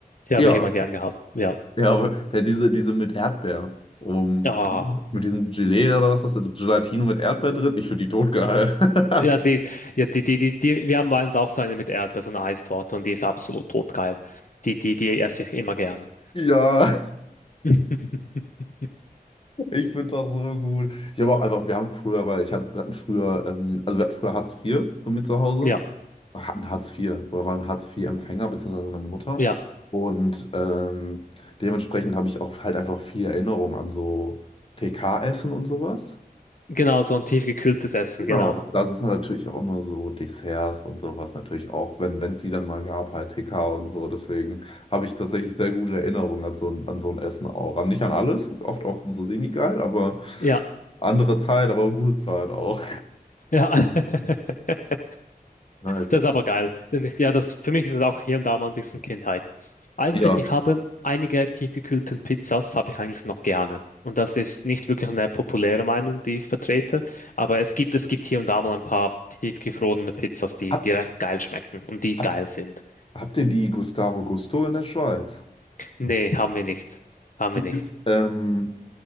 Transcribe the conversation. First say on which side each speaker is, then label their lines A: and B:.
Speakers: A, on the left; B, on the left.
A: Die habe
B: Ja,
A: ich immer gern gehabt. Ja.
B: ja, aber der, diese, diese mit Erdbeer. Um,
A: Ja.
B: mit diesem Gelee oder was ist das? Gelatine mit Erdbeer drin? Ich finde die totgeil. <laughs>
A: Ja, die ist, ja, die, die, die, die, wir haben bei uns auch so eine mit Erdbeer, so eine Eistorte und die ist absolut totgeil. Die, die, die esse ich immer gerne.
B: Ja,
A: <laughs>
B: ich finde das so gut. Ich habe auch einfach, wir haben früher, weil ich hab, wir hatten früher, ähm, also wir hatten früher Hartz IV bei mir zu Hause.
A: Ja,
B: hatten Hartz vier oder waren Hartz vier empfänger beziehungsweise meine Mutter.
A: ja,
B: Und ähm, dementsprechend habe ich auch halt einfach viel Erinnerung an so TK-Essen und sowas.
A: genau, so ein tiefgekühltes Essen,
B: Genau,
A: genau.
B: und da sind natürlich auch immer so Desserts und sowas natürlich auch, wenn wenn es die dann mal gab, halt TK und so. Deswegen habe ich tatsächlich sehr gute Erinnerungen an so, ein- an so ein Essen auch. Nicht an alles, ist oft auch so semi-geil, aber
A: Ja,
B: andere Zeit, aber gute Zeit auch.
A: ja. <laughs>
B: Nice.
A: Das ist aber geil. Denn ich, ja, das, für mich ist es auch hier und da mal ein bisschen Kindheit. Eigentlich,
B: Ja.
A: ich habe einige tiefgekühlten Pizzas, habe ich eigentlich noch gerne. Und das ist nicht wirklich eine populäre Meinung, die ich vertrete, aber es gibt, es gibt hier und da mal ein paar tiefgefrorene Pizzas, die,
B: Hab,
A: die recht geil schmecken und die
B: hab,
A: geil sind.
B: habt ihr die Gustavo Gusto in der Schweiz?
A: Nee, haben wir nicht. Haben
B: Die
A: wir nicht.
B: ist, ähm,